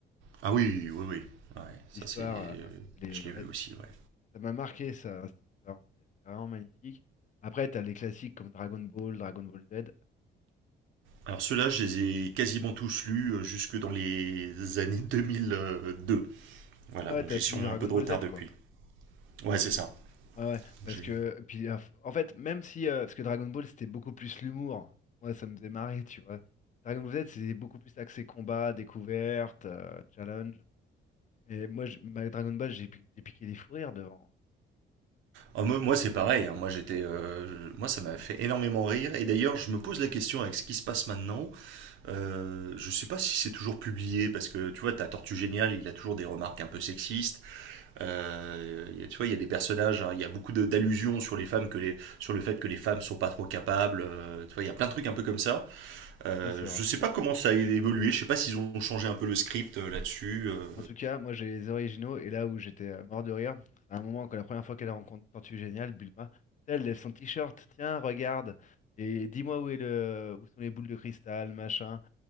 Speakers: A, on the right (about 80°); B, on the left (about 40°).
A: Ah oui, oui, oui. Ouais, ça
B: L'histoire,
A: c'est, euh,
B: euh, elle est-
A: je l'ai
B: ouais,
A: vu aussi. Ouais.
B: ça m'a marqué ça, cette histoire, c'était c'est vraiment magnifique. Après, t'as les classiques comme Dragon Ball, Dragon Ball Z.
A: Alors ceux-là, je les ai quasiment tous lus euh, jusque dans les années 2002. Voilà,
B: Ouais,
A: donc
B: t'as
A: j'ai sûrement
B: fini Dragon
A: un peu de
B: Ball
A: retard
B: Z
A: depuis.
B: quoi.
A: Ouais, c'est ça.
B: Ouais, ouais, parce
A: J'ai
B: que, puis euh, en fait, même si, euh, parce que Dragon Ball c'était beaucoup plus l'humour, moi ça me faisait marrer, tu vois. Dragon Ball Z c'était beaucoup plus axé combat, découverte, euh, challenge. Et moi, je- ma Dragon Ball, j'ai pi- j'ai piqué des fous rires devant.
A: Oh, moi, moi, c'est pareil. hein. Moi, j'étais, euh, je- moi, ça m'a fait énormément rire. Et d'ailleurs, je me pose la question avec ce qui se passe maintenant. Euh, je sais pas si c'est toujours publié parce que tu vois, t'as Tortue Géniale, il a toujours des remarques un peu sexistes. Euh, il y a- tu vois, il y a des personnages, hein, il y a beaucoup de- d'allusions sur les femmes que les, sur le fait que les femmes sont pas trop capables. euh, tu vois, il y a plein de trucs un peu comme ça. Euh,
B: Ouais, c'est
A: je
B: vrai.
A: sais pas comment ça a évolué. Je sais pas s'ils ont changé un peu le script euh, là-dessus. euh.
B: En tout cas, moi j'ai les originaux et là où j'étais euh, mort de rire, c'est un moment quand la première fois qu'elle rencontre Tortue Géniale, Bulma, tu sais, elle lève son t-shirt, tiens, regarde, et dis-moi où est le où sont les boules de cristal, machin.